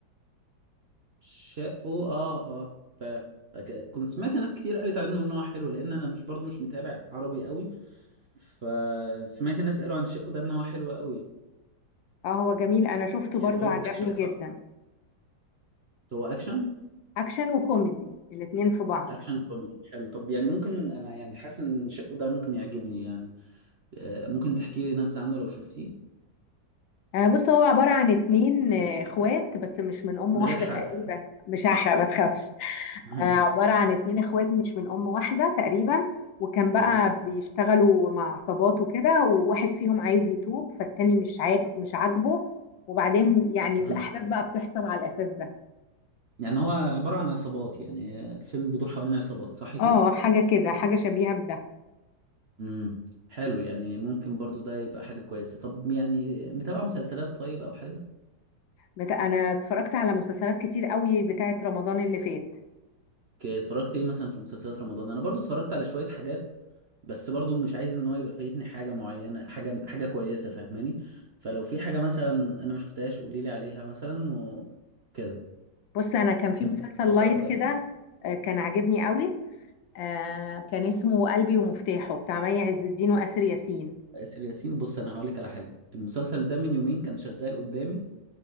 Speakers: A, on the right; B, on the left.
A: شقه اه اه فعلا ك- كنت سمعت ناس كتير قالت عنه ان هو حلو لان انا مش برضو مش متابع عربي قوي فسمعت الناس قالوا عن شقه ده ان هو حلو قوي
B: اه هو جميل انا شفته
A: يعني
B: برضو
A: هو
B: عجبني
A: اكشن
B: جدا
A: صح هو اكشن
B: اكشن وكوميدي الاتنين في بعض
A: اكشن كوميدي حلو طب يعني ممكن انا يعني حاسس ان شقه ده ممكن يعجبني يعني آه، ممكن تحكي لي نبذة عنه لو شفتيه
B: آه بص هو عبارة عن اتنين آه، اخوات بس مش من ام
A: من
B: واحدة
A: غير حرق
B: تقريبا مش هحرق ما تخافش
A: <laughs> ماشي.
B: آه عبارة عن اتنين اخوات مش من ام واحدة تقريبا وكان
A: اوكي
B: بقى بيشتغلوا مع عصابات وكده وواحد فيهم عايز يتوب فالتاني مش عاج مش عاجبه وبعدين يعني
A: مم.
B: الاحداث بقى بتحصل على الاساس ده
A: <laughs> يعني هو عبارة عن عصابات يعني آه، الفيلم بيدور حوالين عصابات صح كده
B: اه حاجة كده حاجة شبيهة بده
A: امم حلو يعني ممكن برضو ده يبقى حاجة كويسة طب يعني متابعة مسلسلات طيب او حاجة
B: بت- انا اتفرجت على مسلسلات كتير قوي بتاعت رمضان اللي فات
A: ك- اتفرجت ايه مثلا في مسلسلات رمضان انا برضو اتفرجت على شوية حاجات بس برضو مش عايز ان هو يبقى فايتني حاجة معينة حاجة حاجة كويسة فاهماني فلو في حاجة مثلا انا ما شفتهاش قولي لي عليها مثلا وكده
B: بص انا كان في
A: يمكن
B: مسلسل
A: افكر
B: لايت
A: ابدا
B: كده
A: في
B: آه، كان عاجبني قوي آه، كان اسمه قلبي ومفتاحه بتاع مي عز الدين واسر ياسين
A: آسر ياسين بص انا هقول لك على حاجة المسلسل ده من يومين كان شغال قدامي